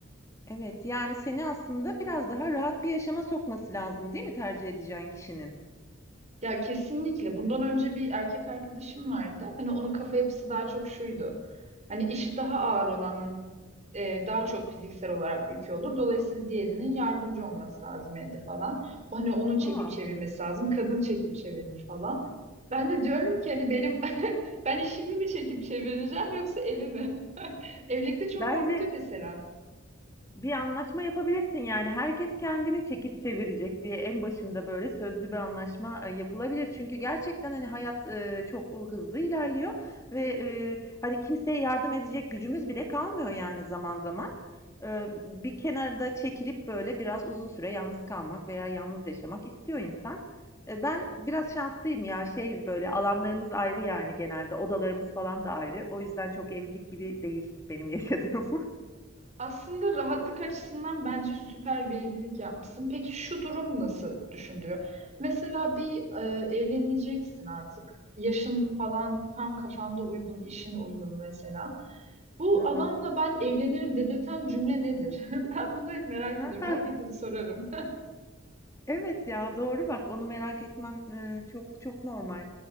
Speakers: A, on the left; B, on the right.
A: Evet, yani seni aslında biraz daha rahat bir yaşama sokması lazım, değil mi tercih edeceğin kişinin?
B: Ya kesinlikle. Bundan önce bir erkek arkadaşım vardı. Hani onun kafa yapısı daha çok şuydu. Hani işi daha ağır olanın e, daha çok fiziksel olarak yükü olur. Dolayısıyla diğerinin yardımcı olması lazım evde falan. O Hani onun
A: Ah,
B: çekip çevirmesi lazım. Kadın çekip çevirir falan. Ben de diyorum ki hani benim <laughs> ben işimi mi çekip çevireceğim yoksa evi mi? <laughs> Evlilikte çok
A: bence
B: korkutuyor mesela.
A: Bir anlaşma yapabilirsin yani herkes kendini çekip çevirecek diye en başında böyle sözlü bir anlaşma e, yapılabilir. Çünkü gerçekten hani hayat e, çok hızlı ilerliyor ve e, hani kimseye yardım edecek gücümüz bile kalmıyor yani zaman zaman. E, bir kenarda çekilip böyle biraz uzun süre yalnız kalmak veya yalnız yaşamak istiyor insan. E, ben biraz şanslıyım ya şeyiz böyle alanlarımız ayrı yani genelde odalarımız falan da ayrı. O yüzden çok evlilik gibi değil benim yaşadığım.
B: Aslında rahatlık açısından bence süper bir evlilik yapmışsın. Peki şu durum nasıl düşündürüyor? Mesela bir e, evleneceksin artık. Yaşın falan tam kafanda uygun, işin uygun mesela. Bu
A: <laughs> Hı hı.
B: adamla ben evlenirim dedirten cümle nedir? <laughs> Ben bunu hep merak
A: <laughs>
B: ediyorum. Herkese de sorarım.
A: Evet ya doğru bak onu merak etmen e, çok çok normal.